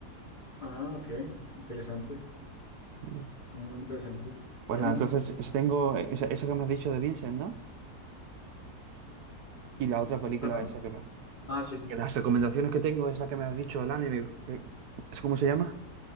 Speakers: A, on the left; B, on the right.
A: Ah, ok. Interesante.
B: Mm.
A: Muy, muy interesante.
B: Pues
A: Bueno,
B: nada, entonces es- tengo esa, esa que me has dicho de Vincent, ¿no? Y la otra película
A: perdón.
B: esa que me...
A: Ah, sí, sí,
B: Que
A: sí.
B: las recomendaciones que tengo es la que me has dicho, el anime. que- ¿es cómo se llama?